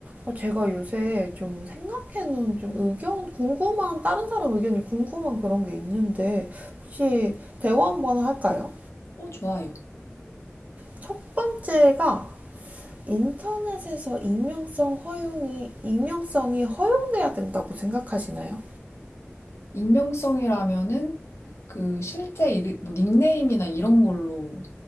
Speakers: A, on the right; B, on the left.
A: 어, 제가 요새 좀 생각해놓은 좀 의견, 궁금한, 다른 사람 의견이 궁금한 그런 게 있는데, 혹시 대화 한번 할까요?
B: 어, 좋아요.
A: 첫 번째가 인터넷에서 익명성 허용이, 익명성이 허용돼야 된다고 생각하시나요?
B: 익명성이라면은 그 실제 이르- 뭐 닉네임이나 이런 걸로